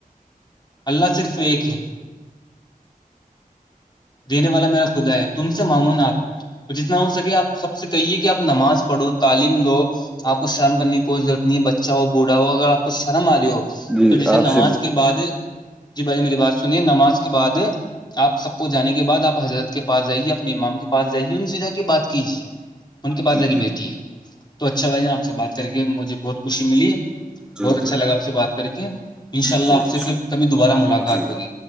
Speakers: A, on the left; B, in the centre.
A: اللہ صرف ایک ہے دینے والا میرا خدا ہے تم سے معمون آپ جتنا ہو سکے آپ سب سے کہیے کہ آپ نماز پڑھو تعلیم لو آپ کو شرم کرنے کی کوش ضرورت نہیں ہے بچہ ہو بوڑھا ہو اگر آپ کو شرم آ رہی ہو
B: جی
A: تو جسے نماز
B: آپ سے
A: کے بعد جی بھائی میری بات سنیے نماز کے بعد آپ سب کو جانے کے بعد آپ حضرت کے پاس جائیے اپنے امام کے پاس جائیے ان سے جا کے بات کیجیے ان کے پاس
B: جی
A: جا کے
B: جی
A: بیٹی ہے تو اچھا بھائی نا آپ سے بات کریں مجھے بہت خوشی ملی
B: جی
A: بہت
B: جی
A: اچھا لگا آپ سے بات کر کے شء اللہ
B: جی
A: آپ
B: جی
A: سے پھر کبھی دوبارہ ملاقات
B: جی
A: ہوگی